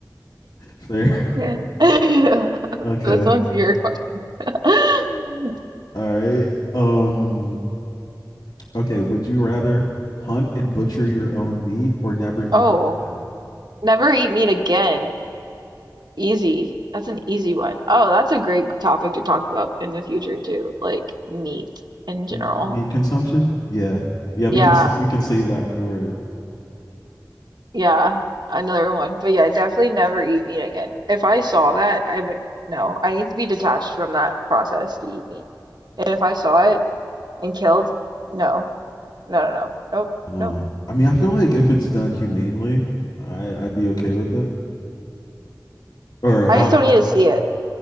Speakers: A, on the left (about 75°); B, on the right (about 70°).
A: fair
B: Yeah. <laughs>
A: okay
B: This one's your question. <laughs>
A: all right um okay, would you rather hunt and butcher your own meat or never eat
B: Oh,
A: meat again?
B: never eat meat again. Easy. That's an easy one. Oh, that's a great topic to talk about in the future too, like meat in general.
A: M- meat consumption? Yeah, yeah,
B: Yeah,
A: we can sa- we can save that for.
B: yeah, another one. But yeah, definitely never eat meat again. If I saw that, I would no. I need to be detached from that process to eat meat. And if I saw it and killed, no, no, no, no, nope,
A: Uh,
B: nope.
A: I mean, I feel like if it's done humanely, I I'd be okay with it. Or how?
B: I just don't need to see it.